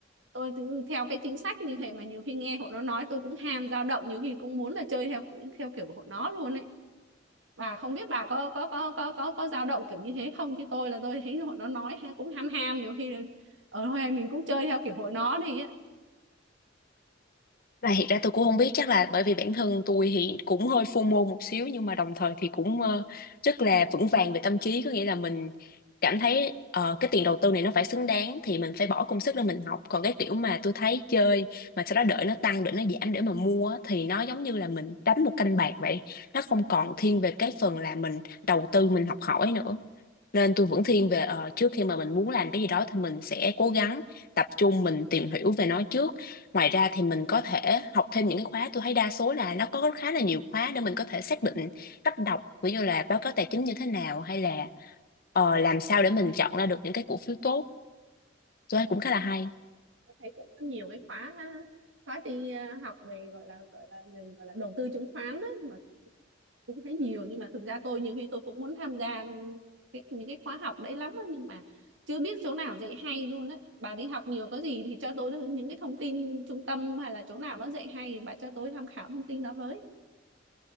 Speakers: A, on the right; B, on the left.
A: tôi theo cái chính sách như vậy mà nhiều khi nghe hội nó nói tôi cũng ham dao động nhiều khi cũng muốn là chơi theo theo kiểu của hội nó luôn ấy và không biết bà có có có có có có dao động kiểu như thế không chứ tôi là tôi thấy hội nó nói cũng ham ham nhiều khi là ở thôi mình cũng chơi theo kiểu hội nó đi á
B: Và hiện ra tôi cũng không biết chắc là bởi vì bản thân tôi thì cũng hơi FOMO một xíu nhưng mà đồng thời thì cũng ờ, rất là vững vàng về tâm trí có nghĩa là mình cảm thấy ờ, cái tiền đầu tư này nó phải xứng đáng thì mình phải bỏ công sức để mình học còn cái kiểu mà tôi thấy chơi mà sau đó đợi nó tăng đợi nó giảm để mà mua á, thì nó giống như là mình đánh một canh bạc vậy nó không còn thiên về cái phần là mình đầu tư mình học hỏi nữa nên tôi vẫn thiên về ờ, trước khi mà mình muốn làm cái gì đó thì mình sẽ cố gắng tập trung mình tìm hiểu về nó trước ngoài ra thì mình có thể học thêm những cái khóa tôi thấy đa số là nó có khá là nhiều khóa để mình có thể xác định cách đọc ví dụ là báo cáo tài chính như thế nào hay là ờ, làm sao để mình chọn ra được những cái cổ phiếu tốt tôi thấy cũng khá là hay
A: Tôi thấy cũng có nhiều cái khóa khóa đi à, học về gọi là gọi là gọi là đầu tư chứng khoán đó, mà cũng thấy nhiều nhưng mà thực ra tôi nhiều khi tôi cũng muốn tham gia cái, những cái khóa học đấy lắm á, nhưng mà chưa biết chỗ nào dạy hay luôn á bà đi học nhiều có gì thì cho tôi những cái thông tin trung tâm hay là chỗ nào nó dạy hay thì bà cho tôi tham khảo thông tin đó với